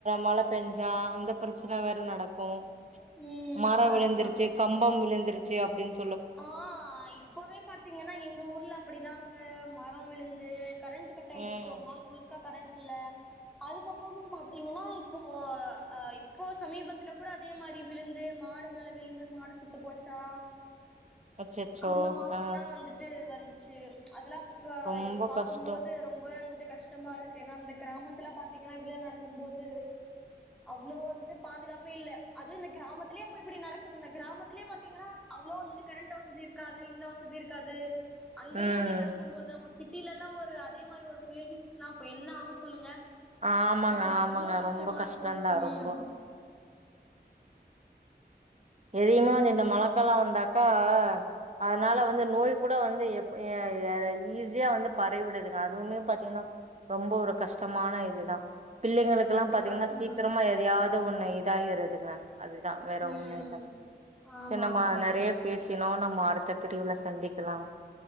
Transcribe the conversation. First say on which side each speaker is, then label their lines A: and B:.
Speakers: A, on the right; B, in the centre.
A: மழ பெஞ்சா அந்த பிரச்சன வேற நடக் கும்
B: ம்
A: மரம்
B: ஆமா
A: விழுந்துருச்சு
B: ஆமா
A: கம்பம் விழுந்தருச்சு அப்படின்
B: ஆ இப்பவே பாத்தீங்கன்னா எங்க ஊர்ல அப்படிதாங்க மரோ விலுந்து கரண்ட்டு கட்டாயிடிச்சி
A: ம்
B: ஒரு நாள் முலுக்க கரண்ட் டுல்ல அதுக்கப்புறமும் பாத்தீங்கன்னா இப்போ அ இப்போ சமீபத்துல கூட அதே மாரி இடி விலுந்து மாடு மேல விலுந்து மாடு செத்து போச்சா
A: அச்சச்சோ
B: அந்த மாதிரில்லா
A: ஆ
B: வந்துட்டு வந்து சே அதெல்லா ப
A: ரொம்ப
B: அய்யோ பாக்கும்போது
A: கஷ்டோ
B: ரொம்பவே வந்துட் டு கஷ்டமாருக்கு ஏன்னா அந்த கிராமத்துல பாத்தீங்கன்னா இப்படியெல்லா நடக்கும் போது அவ்ளோ வந்துட்டு பாதுகாப்பே இல்ல அதுவு இந்த கிராமத்திலயே இப்ப இப்டி நடக்குது இந்த கிராமத்திலேயே பாத்தீங்கன்னா அவ்ளோ வந்துட்டு கரண்ட்டு வசதி இருக்காது இந்த வசதி இருக்காது அங்கயே
A: ம்
B: அப்படி நடக்கும் போது அப்ப சிட் டிலல்லா ஒரு அதே மாதிரி ஒரு புயல் வீசிச்சின்னா அப்போ என்ன ஆவு சொல்லுங்க
A: ஆமாங்க
B: அப்பா
A: ஆமாங்க
B: எவ்வளோ கஷ்டமாருக்கோ
A: ரொம்ப கஷ்டந்தா
B: ம்
A: ரொம்போ எதுமே வந்து இந்த மழக்காலோ
B: ம்
A: வந்தாக்கா அ அதனால வந்து நோய் கூட வந்து எப் எ எ ஈஸியா வந்து பரவிடுதுங்க அதுவுமே பாத்தீங்கன்னா ரொம்ப ஒரு கஷ்டமான இதுதா பிள்ளைங்களுக்குல்லா
B: கண்டிப்பா
A: பாத்தீங்கன்னா சீக்கிரமா
B: ம்
A: எதையாவது ஒண்ணு இதாயிருதுங்க அதுதா வேற ஒண்ணு
B: ம்
A: இல்ல
B: ஆமா
A: என்னம்மா
B: ஆமா
A: நெறைய பேசினோ நம்ம அடுத்த பிரிவுல சந்திக்கலா